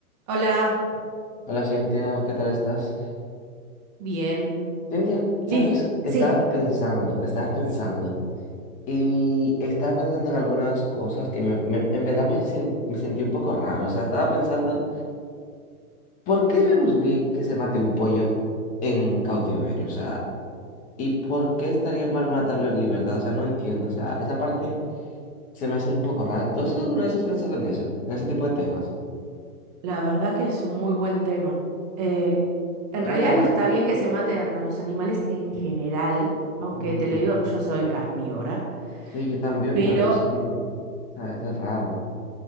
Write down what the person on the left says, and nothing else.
Hola Cintia, ¿qué tal estás?
Cintia, ¿sabes?
Estaba
pensando, estaba pensando y estaba pensando en algunas cosas que me- me- en verdad me, sin- me sentí un poco raro. O sea, estaba pensando, ¿por qué vemos bien que se mate un pollo en cautiverio? O sea, ¿y por qué estaría mal matarlo en libertad? O sea, no entiendo. O sea, esa parte se me hace un poco rara. ¿Tú alguna vez has pensado en eso? En ese tipo de temas.
O sea,
mm,
sí, yo también,
pero es que, o sea, eso es raro.